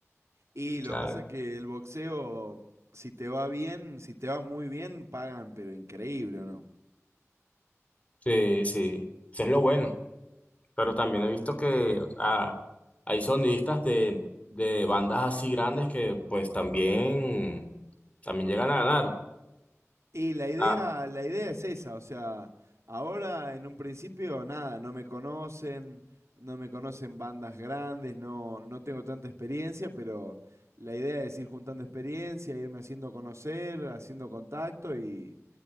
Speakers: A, on the right; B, on the left.
A: Y
B: O
A: lo
B: sea,
A: que pasa es que el boxeo, si te va bien, si te va muy bien, pagan, pero increíble, ¿o no?
B: sí, sí. Eso es lo bueno. Pero también he visto que o sea, hay sonidistas de, de bandas así grandes que pues también, también llegan a ganar.
A: Y la idea,
B: Ah,
A: la idea es esa, o sea, ahora en un principio nada, no me conocen, no me conocen bandas grandes, no, no tengo tanta experiencia, pero la idea es ir juntando experiencia, irme haciendo conocer, haciendo contacto y,